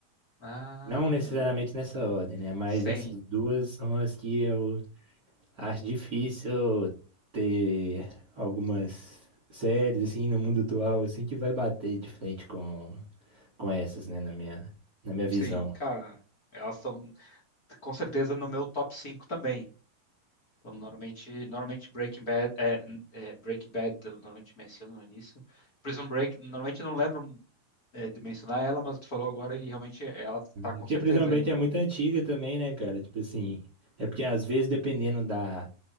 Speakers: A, on the left; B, on the right.
A: Ah,
B: Não necessariamente nessa ordem, né? Mas
A: sim.
B: essas duas são as que eu acho difícil ter algumas séries assim no mundo atual assim que vai bater de frente com, com essas, né, na minha na minha visão.
A: Sim, cara, elas estão com certeza no meu top 5 também. Então, normalmente, normalmente Breaking Bad, é, é, Breaking Bad, eu normalmente menciono no início. Prison Break, normalmente eu não lembro é, de mencionar ela, mas tu falou agora e realmente ela tá com
B: Porque
A: certeza
B: Prison Break
A: aí no.
B: é muito antiga também, né, cara? Tipo assim, é porque às vezes dependendo da